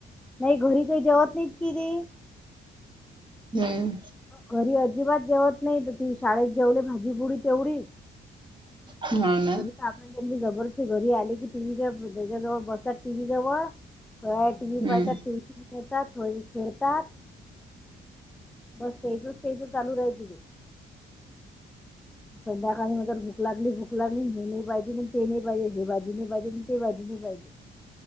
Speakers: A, in the centre; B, on the right (about 25°).
A: नाही घरी काही जेवत नाहीत कि ते.
B: हम्म.
A: घरी अजिबात जेवत नाही तर ती शाळेत जेवले भाजीपुडी तेवढीच.
B: हाव ना.
A: आपण ज जबरदस्ती घरी आली की, टीव्ही त्याच्या जवळ बसात टीव्ही जवळ <unintelligible> तुम्ही
B: हम्म
A: पाहिता ट्यूशन. येतात थोडे खेळतात बस तेजूच तेजू चालू राहते. संध्याकाळी ना जर भूक लागली भूक लागली हे नई पाहिजे नी ते नई पाहिजे हे भाजी नई पाहिजे नी ते भाजी नई पाहिजे.